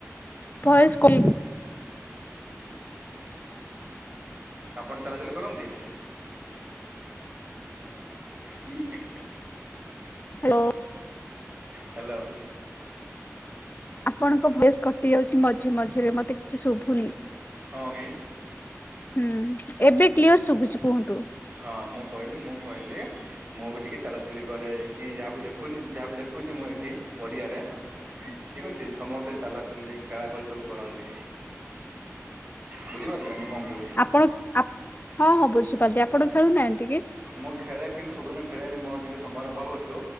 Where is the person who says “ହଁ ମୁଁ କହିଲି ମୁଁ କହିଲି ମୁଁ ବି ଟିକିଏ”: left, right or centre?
Right